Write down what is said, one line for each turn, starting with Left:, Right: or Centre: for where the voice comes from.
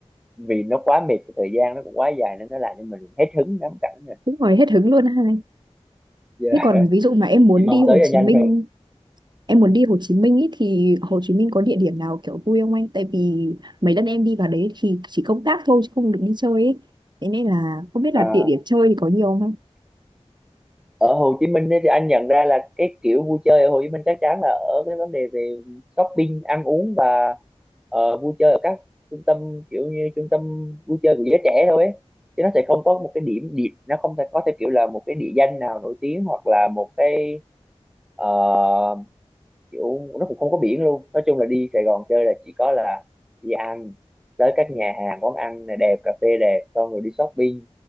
Centre: vì nó quá mệt thời gian nó cũng quá dài nên nó làm cho mình hết hứng ngắm cảnh rồi
Right: cũng hỏi hết hứng luôn ha.
Centre: giờ
Right: Thế còn ví dụ mà em muốn
Centre: chỉ mong
Right: đi Hồ
Centre: tới cho
Right: Chí
Centre: nhanh
Right: Minh,
Centre: thôi
Right: em muốn đi Hồ Chí Minh ý, thì Hồ Chí Minh có địa điểm nào kiểu vui không anh? Tại vì mấy lần em đi vào đấy thì chỉ công tác thôi chứ không được đi chơi ấy. Thế nên là không biết
Centre: à,
Right: là địa điểm chơi thì có nhiều không anh?
Centre: ở Hồ Chí Minh ấy thì anh nhận ra là cái kiểu vui chơi ở Hồ Chí Minh chắc chắn là ở cái vấn đề về shopping ăn uống và ờ, vui chơi ở các trung tâm kiểu như trung tâm vui chơi của giới trẻ thôi ấy. chứ nó sẽ không có một cái điểm điểm nó không thể có theo kiểu là một cái địa danh nào nổi tiếng hoặc là một cái ờ, kiểu nó cũng không có biển luôn nói chung là đi Sài Gòn chơi là chỉ có là đi ăn tới các nhà hàng quán ăn này đẹp cà phê đẹp xong rồi đi shopping